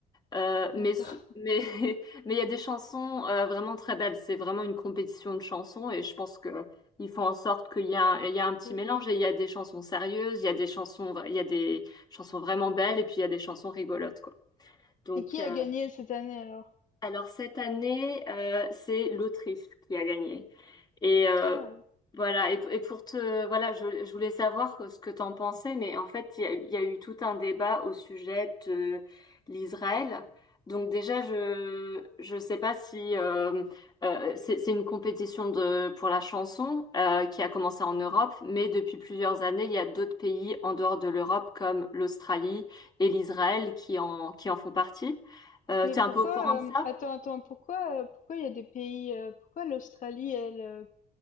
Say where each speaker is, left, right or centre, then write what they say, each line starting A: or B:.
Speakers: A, on the left; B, on the left.
A: Euh, mais
B: D'accord.
A: sou- mais <laughs> mais il y a des chansons euh, vraiment très belles. C'est vraiment une compétition de chansons et je pense que ils font en sorte qu'il y a un, il y a un petit
B: Et
A: mélange et il y a des chansons sérieuses, il y a des chansons vra- il y a des chansons vraiment belles et puis il y a des chansons rigolotes quoi. Donc
B: et qui
A: euh,
B: a gagné cette année alors?
A: alors cette année euh, c'est l'Autriche qui a gagné. Et euh,
B: Ah.
A: voilà, et, et pour te, voilà, je, je voulais savoir ce que tu en pensais, mais en fait, il y a, il y a eu tout un débat au sujet de l'Israël. Donc déjà, je je sais pas si euh, euh, c'est c'est une compétition de pour la chanson euh, qui a commencé en Europe, mais depuis plusieurs années, il y a d'autres pays en dehors de l'Europe comme l'Australie et l'Israël qui en qui en font partie. Euh,
B: Mais
A: t'es
B: pourquoi,
A: un peu au courant de
B: euh,
A: ça?
B: attends, attends, pourquoi, euh, pourquoi il y a des pays, euh, pourquoi l'Australie, elle, euh,